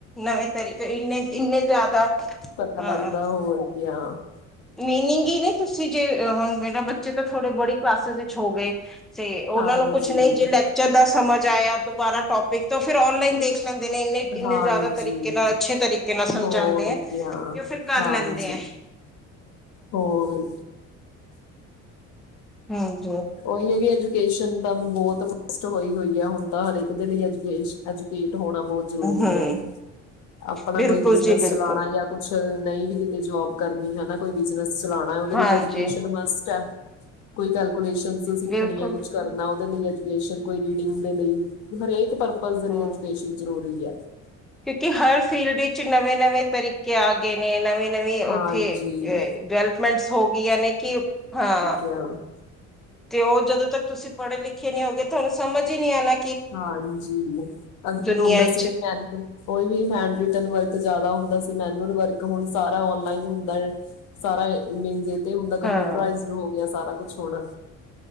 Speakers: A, in the centre; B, on the left.
A: ਨਵੇਂ ਤਰੀਕੇ ਇੰਨੇ-ਇੰਨੇ ਜ਼ਿਆਦਾ
B: ਲੰਮਾ
A: ਹਾਂ
B: ਜਿਹਾ ਪਿਆ, ਹੋਰ ਕੀ ਆ।
A: ਮੀਨਿੰਗ ਈ ਨੇ ਤੁਸੀਂ ਜੇ, ਹੁਣ ਮੇਰਾ ਬੱਚੇ ਤਾਂ ਥੋੜੇ ਬੜੀ ਕਲਾਸਿਸ ਵਿੱਚ ਹੋ ਗਏ। ਤੇ ਉਹਨਾਂ
B: ਹਾਂਜੀ
A: ਨੂੰ ਕੁਛ ਨਹੀਂ ਜੇ ਲੈਕਚਰ ਦਾ ਸਮਝ ਆਇਆ, ਦੁਬਾਰਾ ਟੋਪਿਕ ਤੇ ਫਿਰ ਔਨਲਾਈਨ ਦੇਖ ਲੈਂਦੇ ਨੇ, ਇੰਨੇ-ਇੰਨੇ
B: ਹਾਂਜੀ
A: ਜ਼ਿਆਦਾ ਤਰੀਕੇ ਨਾਲ, ਅੱਛੇ ਤਰੀਕੇ ਨਾਲ ਸਮਝਾਂਦੇ
B: ਹੋਰ
A: ਐ ਤੇ
B: ਕਿਆ
A: ਉਹ ਫਿਰ ਕਰ
B: ਹਾਂਜੀ
A: ਲੈਂਦੇ ਐ।
B: ਹੋਰ
A: ਹੈਂ ਜੋ।
B: ਉਹੀ ਏ ਕੀ ਐਜੂਕੇਸ਼ਨ ਤਾਂ ਬਹੁਤ ਟੂ ਹੋਈ-ਹੋਈ ਐ। ਹੁਣ ਤਾਂ ਹਰੇਕ ਦੇ ਲ‌ਈ ਐਜੂਕੇਸ-ਐਜੂਕੇਟ ਹੋਣਾ ਬਹੁਤ ਜ਼ਰੂਰੀ
A: ਹਮ
B: ਐ। ਆਪਣਾ
A: ਬਿਲਕੁਲ
B: ਕੋਈ ਬਿਜ਼ਨਸ
A: ਜੀ ਬਿਲਕੁਲ
B: ਚਲਾਂਣਾ ਜਾਂ ਕੁਛ ਨਹੀਂ ਵੀ ਕਿਤੇ ਜੋਬ ਕਰਨੀ ਹਨਾ, ਕੋਈ ਬਿਜ਼ਨਸ ਚਲਾਂਣਾ, ਉਹਦੇ
A: ਹਾਂਜੀ
B: ਲਈ ਵੀ ਐਜੂਕੇਸ਼ਨ ਮਸਟ ਆ, ਕੋਈ ਗਲ ਕੋਈ ਐਸੇਸ਼ੀ ਸਿੱਖਣੀ
A: ਬਿਲਕੁਲ
B: ਏ, ਕੁਛ ਕਰਨਾ ਉਹਦੇ ਲਈ ਐਜੂਕੇਸ਼ਨ, ਕੋਈ ਰੀਡਿੰਗ ਦੇ ਲਈ, ਹਰੇਕ ਪਰ ਪਜ ਦੇ
A: ਹਮ
B: ਲ‌ਈ ਐਜੂਕੇਸ਼ਨ ਜ਼ਰੂਰੀ ਐ।
A: ਕਿਉਂਕਿ, ਹਰ ਫੀਲਡ ਵਿੱਚ ਨਵੇਂ-ਨਵੇਂ ਤਰੀਕੇ ਕੇ ਆ ਗਏ ਨੇ, ਨਵੇ-ਨਵੀ ਉੱਥੇ
B: ਹਾਂਜੀ
A: ਡਿਵੈਲਪਮੈਂਟਸ ਹੋ ਗਈਆਂ ਨੇ, ਕਿ ਹਾਂ।
B: ਗਿਆ।
A: ਤੇ ਉਹ ਜਦੋਂ ਤੱਕ ਤੁਸੀਂ ਪੜ੍ਹੇ-ਲਿਖੇ ਨੀ ਹੋਗੇ, ਤੁਹਾਨੂੰ ਸਮਝ ਈ ਨਹੀਂ ਆਂਨਾ
B: ਹਾਂਜੀ, ਅੱਗੇ
A: ਦੁਨੀਆਂ
B: ਹੁੰਦਾ
A: ਵਿੱਚ
B: ਸੀ ਵੀ ਕੋਈ ਵੀ ਹੈਂਡ ਰਿਟਨ ਵਰਕ ਜਿਆਦਾ ਹੁੰਦਾ ਸੀ, ਮੈਨਲ ਵਰਕ, ਹੁਣ ਸਾਰਾ ਔਨਲਾਈਨ ਹੁੰਦਾ। ਸਾਰਾ ਏ ਮੰਜੇ ਤੇ ਹੁੰਦਾ, ਕੰਪਿਊਟਰਾਇਜ
A: ਹਾਂ
B: ਹੋ ਗਿਆ ਸਾਰਾ ਕੁਛ ਹੋਣ।